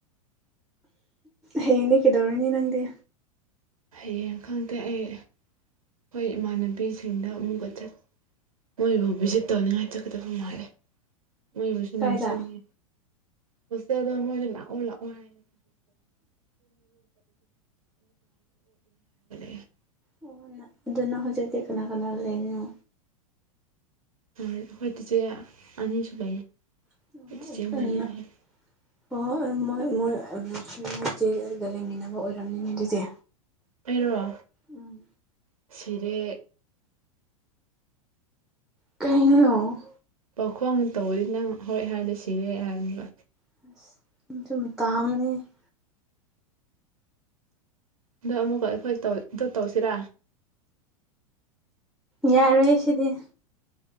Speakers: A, in the centre; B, on the right (about 75°).
A: ꯍꯌꯦꯡꯗꯤ ꯀꯩꯗꯧꯔꯅꯤ ꯅꯪꯗꯤ
B: ꯍꯌꯦꯡ ꯈꯪꯗꯦ ꯑꯩ ꯑꯩꯈꯣꯏ ꯏꯃꯥꯟꯅꯕꯤꯁꯤꯡꯗ ꯑꯃꯨꯛꯀ ꯆꯠ ꯃꯣꯏꯕꯨ ꯚꯤꯖꯤꯠ ꯇꯧꯅꯤꯡꯉꯥꯏ ꯆꯠꯀꯗꯕ ꯃꯥꯜꯂꯤ ꯃꯣꯏꯕꯨꯁꯨ ꯅꯤꯡꯁꯤꯡꯉꯦ
A: ꯀꯥꯏꯗ
B: ꯍꯣꯁꯇꯦꯜꯗꯣ ꯃꯣꯏꯗꯤ ꯂꯥꯛꯑꯣ ꯂꯥꯛꯑꯣ ꯍꯥꯏꯑꯦ <unintelligible>
A: ꯑꯣ ꯅ ꯑꯗꯨꯅ ꯍꯧꯖꯤꯛꯇꯤ ꯀꯅꯥ ꯀꯅꯥ ꯂꯩꯔꯤꯅꯣ
B: ꯑꯩꯈꯣꯏ ꯆꯤꯆꯦ ꯑꯅꯤꯁꯨ ꯂꯩꯌꯦ
A: <unintelligible>
B: ꯑꯩꯈꯣꯏ ꯆꯤꯆꯦ ꯃꯣꯏꯒ
A: ꯑꯣ
B: ꯂꯩꯌꯦ
A: ꯃꯣꯏ ꯃꯣꯏ ꯃꯣꯏꯆꯦꯗ ꯂꯩꯃꯤꯟꯅꯕ ꯑꯣꯏꯔꯝꯅꯤ ꯑꯗꯨꯗꯤ
B: ꯑꯩꯔꯣ
A: ꯎꯝ
B: ꯁꯤꯔꯦ
A: ꯀꯩꯅꯣ
B: ꯄꯥꯎꯈꯣꯡ ꯇꯧꯋꯦ ꯅꯪ ꯍꯣꯏ ꯍꯥꯏꯗ ꯁꯤꯔꯦ ꯍꯥꯏꯕꯅꯤꯗ
A: <unintelligible>
B: ꯑꯗꯣ ꯑꯃꯨꯛꯀ ꯑꯩꯈꯣꯏ ꯇꯧ ꯑꯗꯨ ꯇꯧꯁꯤꯔꯥ
A: ꯌꯥꯔꯣꯏꯌꯦ ꯁꯤꯗꯤ